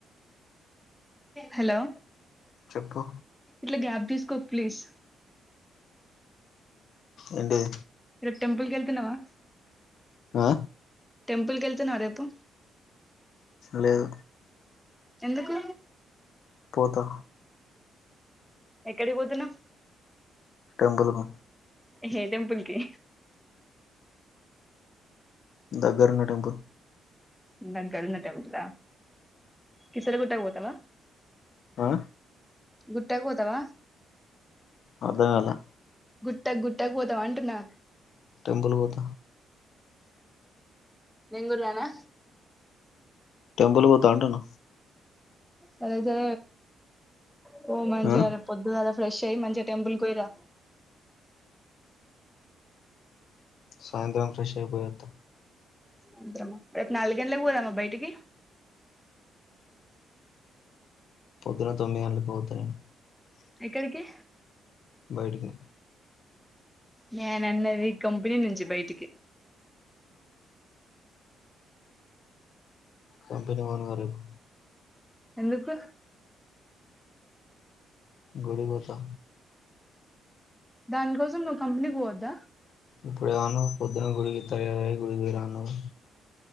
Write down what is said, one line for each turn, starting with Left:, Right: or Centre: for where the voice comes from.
Centre: హలో
Left: చెప్పు
Centre: ఇట్ల గ్యాప్ దీసుకోక్ ప్లీజ్
Left: ఏంటీది
Centre: రేపు టెంపుల్కెళ్తున్నవా
Left: ఆ
Centre: టెంపుల్కెళ్తున్నావా రేపు
Left: లేదు
Centre: ఎందుకు
Left: పోతా
Centre: ఎక్కడికి పోతున్నావ్
Left: టెంపుల్కు
Centre: ఏ టెంపుల్కి
Left: దగ్గర ఉన్న టెంపుల్
Centre: దగ్గరున్న టెంపులా కిసరి గుట్ట కు పోతావా
Left: ఆ
Centre: గుట్టకుపోతవా
Left: అర్ధంకాల
Centre: గుట్టకు గుట్టకుపోతావా అంటున్నా
Left: టెంపుల్ పోత
Centre: నేంకూడ రానా
Left: టెంపుల్ పోతా అంటున్న
Centre: సరైతే పో మంచిగా
Left: ఆ
Centre: రేపు పొద్దుగాల ఫ్రెష్ అయి మంచిగా టెంపుల్ కు పోయిరా
Left: సాయంత్రం ఫ్రెష్ అయి పోయోత్త
Centre: సాయంత్రమ రేపు నాలుగు గంటలకి పోదామ బయటికి
Left: పొద్దున తొమ్మి గంటలకు పోతానెను
Centre: ఎక్కడికి
Left: బైటికి
Centre: నేన్ అన్నది కంపెనీ నుంచి బైటికి
Left: కంపెనీ పోను గా రేపు
Centre: ఎందుకు
Left: గుడికిపోతా
Centre: దానికోసం నువ్వు కంపెనీకి పోవద్ద
Left: ఇప్పుడు ఏవన్నావ్ పొద్దున్న గుడికి తయారై గుడికి పోయి రా అన్నావు గా